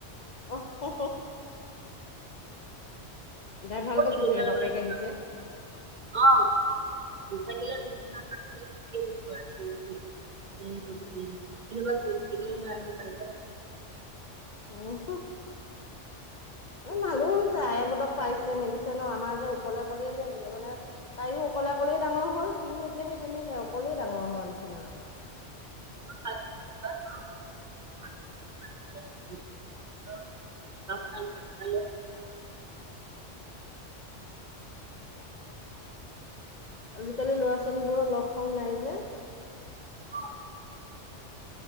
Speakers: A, on the left (about 50°); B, on the right (about 45°).
A: অ তাই
B: মই
A: ভাল
B: কৈছো
A: পাইছে
B: দেউতাৰ
A: চাগে
B: লগতে
A: বাপেকে আহিছে।
B: যাম অ' নাথাকিলে দুমান নাথাকিলে কান্দিয়ে দিব ৰাতি <unintelligible> কেতিয়াবা শুই থাকিলে
A: উম
B: ৰাতি পায় যায় <unintelligible>
A: অ
B: তেতিয়া
A: এ মানুহ হৈছে আইহঁতক পাইছে মেলিছে ন আমাৰ যে অকলে অকলে মানে। তাইয়ো অকলে অকলেই ডাঙৰ হ'ল। সিও এতিয়া সেই তেনেকে অকলেই ডাঙৰ হোৱা নিচিনা আৰু।
B: অ <unintelligible> <unintelligible>
A: আজিকালি লৰা-ছোৱালীবোৰৰ লগ সংগ নাই যে।
B: মা-